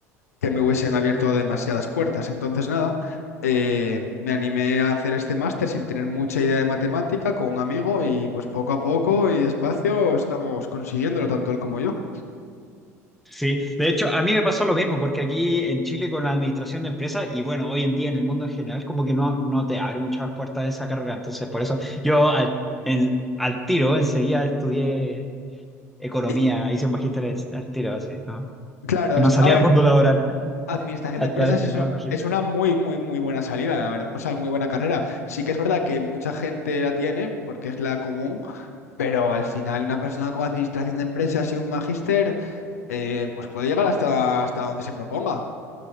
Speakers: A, on the left; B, in the centre.
A: que me hubiesen abierto demasiadas puertas. Entonces, nada, eh, me animé a hacer este máster sin tener mucha idea de matemática con un amigo y pues poco a poco y despacio estamos consiguiéndolo, tanto él como yo.
B: sí. De hecho, a mí me pasó lo mismo, porque aquí en Chile con la administración de empresas, y bueno, hoy en día en el mundo en general, como que no, no te abre muchas puertas esa carrera. Entonces, por eso yo al, en- al tiro enseguida estudié economía,
A: Y,
B: hice un magíster es- al tiro, así, ¿no?
A: Claro,
B: No
A: es que,
B: salí
A: a ver,
B: al mundo laboral
A: Administración
B: hasta
A: de empresas
B: haber terminado
A: es,
B: el magíster.
A: es una muy, muy, muy buena salida, la verdad. O sea, muy buena carrera. Sí que es verdad que mucha gente la tiene porque es la común, pero al final una persona con administración de empresas y un magíster, eh, pues puede llegar hasta, hasta donde se proponga. O